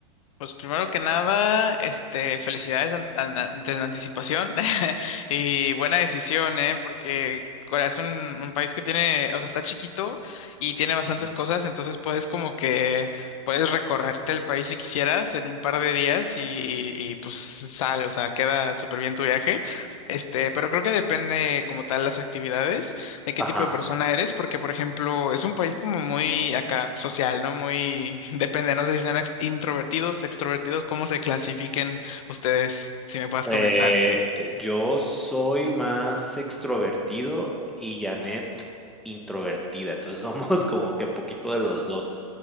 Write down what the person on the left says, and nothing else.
Pues primero que nada, este, felicidades an- an- ante- en anticipación <laughs> y buena decisión, ¿eh? Porque Corea es un, un país que tiene, o sea, está chiquito y tiene bastantes
cosas, entonces puedes como que puedes recorrerte el país si quisieras en un par de días y, y, pues sale, o sea, queda súper bien tu viaje. Este, pero creo que depende como tal las actividades. de qué
tipo de persona eres, porque por ejemplo es un país como muy acá social, ¿no? Muy <laughs> depende, no sé si sean ex- introvertidos, extrovertidos, cómo se clasifiquen ustedes, si me puedes
comentar.